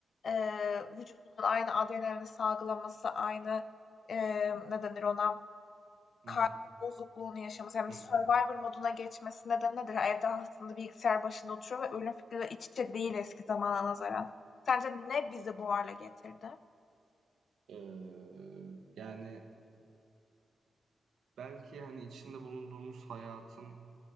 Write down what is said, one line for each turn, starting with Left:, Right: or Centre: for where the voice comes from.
Left: eee, vücudunun aynı adrenalini salgılaması, aynı eee ne denir ona? Kaygı
Right: Hı hı.
Left: bozukluğunu yaşaması, yani
Right: Hı
Left: Survivor
Right: hı.
Left: moduna geçmesi nedeni nedir? Yani Evde aslında bilgisayar başında oturuyor ve ölüm fikriyle iç içe değil eski zamana nazaran. Sence ne bizi bu hale getirdi?
Right: Ee, yani Belki, hani, içinde bulunduğumuz hayatın,